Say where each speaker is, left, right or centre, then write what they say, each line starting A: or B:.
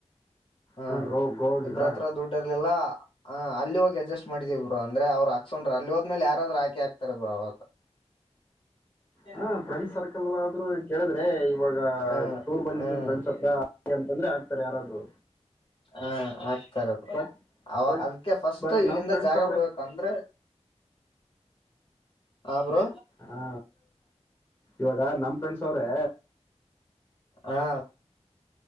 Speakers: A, on the left (about 45°); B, on the left (about 15°).
A: ಹ್ಮ
B: ಹಾ ಗ್ರೋ ಗೋ ಹೋಗಿದ್ರಾ
A: ಇಬ್ರತ್ರ ದುಡ್ಡರ್ಲಿಲ್ಲ ಹ ಅಲ್ಲಿ ಹೋಗಿ ಅಡ್ಜಸ್ ಮಾಡಿದಿವ್ ಬ್ರು ಅಂದ್ರೆ ಅವ್ರು ಹಾಕಿಸ್ಕೊಂಡ್ರು ಅಲ್ಲಿ ಹೋದ್ಮೇಲೆ ಯಾರಾದ್ರು ಹಾಕೆ ಹಾಕ್ತಾರ ಅವಾಗ ಅನಿಂಟೆಲಿಜಬಲ್ <inaudible>
B: ಹ ಫ್ರೆಂಡ್ಸ್ ಸರ್ಕಲಲಾದ್ರು ಆದ್ರೂ ಕೇಳಿದ್ರೆ ಇವಾಗ
A: ಹ್ಮ್
B: ಟೂರ್ ಬಂದಿದ್ವಿ
A: ಹ್ಮ್
B: ಫ್ರೆಂಡ್ಸ್ ಹತ್ರ ಅಂತಂದ್ರೆ ಆಗ್ತಾರೆ ಯಾರಾದ್ರು
A: ಹ ಆಕ್ತರ ಬ್ರು
B: ಬಟ್
A: ಅವ
B: ಬಟ್
A: ಅದಿಕ್ಕೆ ಫಸ್ಟ್
B: ಬಟ್
A: ಇಲ್ಲಿಂದ
B: ನಮ್ ಫ್ರೆಂಡ್ಸ್
A: ಜಾಗ ಬಿಡ್ಬೇಕ ಅಂದ್ರೆ ಹಾ ಬ್ರೋ
B: ಹಾ ಇವಾಗ ನಮ್ ಫ್ರೆಂಡ್ಸ್ ಅವ್ರೆ
A: ಹಾ